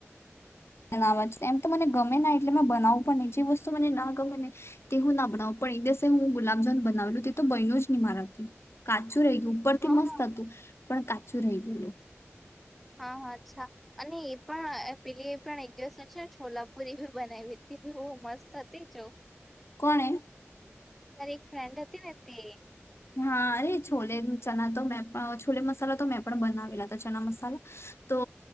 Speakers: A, on the left; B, in the centre.
A: બનાવા એમ તો મને ગમે ના એટલે બનાવું પણ નહી જે વસ્તુ મને ના ગમે ને તે હું ના બનાવું પણ એ દિવસે હું ગુલાબજામુન બનાવેલું તે તો બનુ જ નહી મારાથી કાચું ર ગું ઉપર થી
B: હા
A: મસ્ત હતું પણ કાચું રહી ગલું
B: હા હા અચ્છા અને એ પણ પેલી એ પણ એક દિવસ છે ને છોલાપુરી બી બનાવી બી બ મસ્ત હતી જ
A: કોણે
B: મારી એક ફ્રેન્ડ હતી ને તે
A: હા અરે છોલે ચણા તો મેં છોલે મસાલા તો મેં પણ બનાવેલા હતા ચણા મસાલા તો